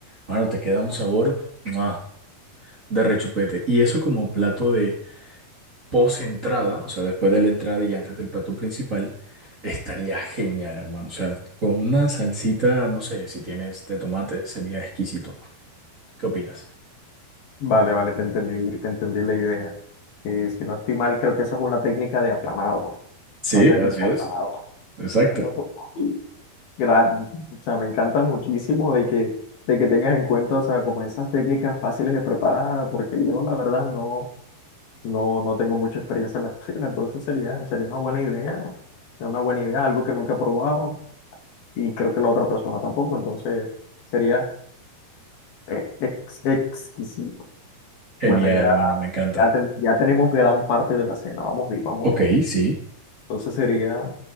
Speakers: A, on the right; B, on the left.
A: Mano, te queda un sabor ¡mua! de rechupete. Y eso como plato de post-entrada, o sea, después de la entrada y antes del plato principal, estaría genial, hermano. O sea, con una salsita, no sé, si tienes de tomate, sería exquisito. ¿Qué opinas?
B: Vale, vale, te entendí, te entendí la idea. Eh, si no estoy mal, creo que esa es una técnica de apanado,
A: Sí,
B: una técnica
A: así es.
B: de apanado.
A: Exacto.
B: Entonces, sí, gra- o sea, me encanta muchísimo de que, de que tengas en cuenta, o sea, como esas técnicas fáciles de preparar, porque yo la verdad no, no, no tengo mucha experiencia en la cocina, entonces sería, sería una buena idea, sería una buena idea, algo que nunca he probado. y creo que la otra persona tampoco, entonces sería eh, ex- exquisito.
A: Genial,
B: Bueno, ya,
A: hermano, me encanta.
B: ya, ten- ya tenemos gran parte de la cena, vamos bien, vamos
A: Ok,
B: bien.
A: sí,
B: Entonces sería,